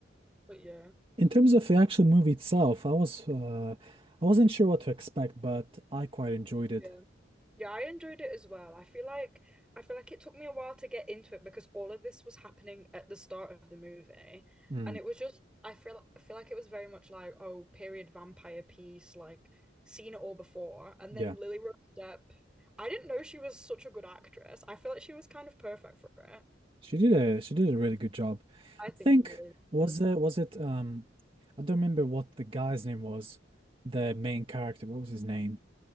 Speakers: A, in the centre; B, on the right (about 30°).
A: But yeah,
B: In terms of the actual movie itself, I was uh I wasn't sure what to expect, but I quite enjoyed it.
A: yeah. Yeah, I enjoyed it as well. I feel like I feel like it took me a while to get into it because all of this was happening at the start of the movie.
B: Mm,
A: And it was just I feel I feel like it was very much like, oh, period vampire piece, like seen it all before. And
B: yeah.
A: then Lily Rose Depp, I didn't know she was such a good actress. I feel like she was kind of perfect for it.
B: She did a she did a really good job.
A: I
B: I
A: think
B: think
A: she really
B: was
A: is.
B: it was it um I don't remember what the guy's name was, the main character. What was his name?